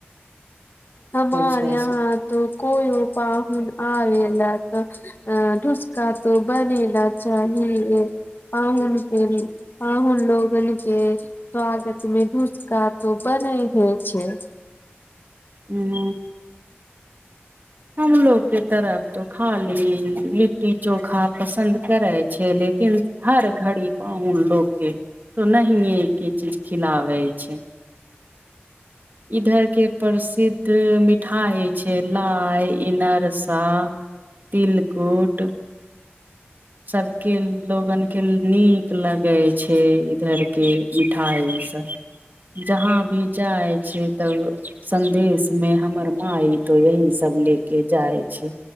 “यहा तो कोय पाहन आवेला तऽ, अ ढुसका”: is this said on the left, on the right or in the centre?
Left